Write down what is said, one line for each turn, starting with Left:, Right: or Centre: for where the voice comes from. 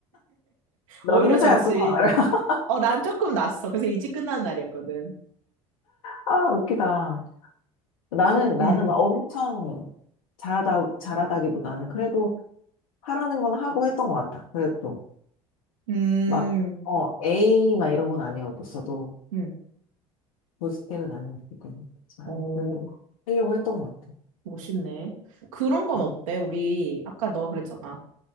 Left: 너는
Right: 오히려
Left: 후자였구나.
Right: 좋지.
Left: <laughs>
Right: 어, 난 조금 낫어. 그래서 일찍 끝나는 날이었거든.
Left: 아, 웃기다. 나는,
Right: 그,
Left: 나는
Right: 응.
Left: 막 엄청 잘하다, 잘하다기보다는 그래도 하라는 건 하고 했던 것 같다 그래도.
Right: 음,
Left: 막, 어, A 막 이런 건 아니었어도,
Right: 응.
Left: 고스펙은 아니었기 때문에. 아니,
Right: 어,
Left: 그래도 하려고 했던 것 같아.
Right: 멋있네. 그런 건
Left: 음,
Right: 어때? 우리, 아까 너가 그랬잖아.